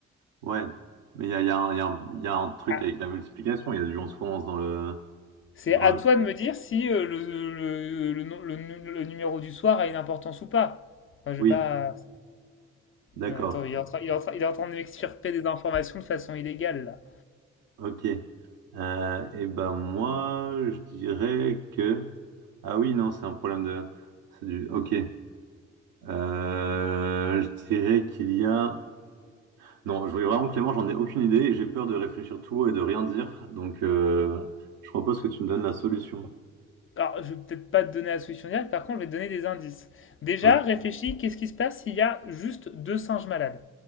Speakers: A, on the right; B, on the left.
A: Ouais, mais il y a, il y a un, il y a un- il y a un truc
B: Ah,
A: avec la multiplication, il y a du onze fois onze dans le...
B: C'est
A: Dans
B: à
A: le...
B: toi de me dire si euh, le, le, le, le- nu- le numéro du soir a une importance ou pas. Enfin, je
A: Oui,
B: vais pas...
A: d'accord,
B: Euh, Attends, il est en train, il est en train, il est en train de m'extirper des informations de façon illégale, là.
A: ok. Euh, et ben moi, je dirais que... Ah oui, non, c'est un problème de... C'est du... Ok. Euh, je dirais qu'il y a... Non, je voulais vraiment Clément, j'en ai aucune idée et j'ai peur de réfléchir tout haut et de rien dire. Donc, euh, je propose que tu me donnes la solution.
B: Alors, je vais peut-être pas te donner la solution directe, par contre, je vais te donner des indices. Déjà,
A: Ok.
B: réfléchis, qu'est-ce qui se passe s'il y a juste deux singes malades?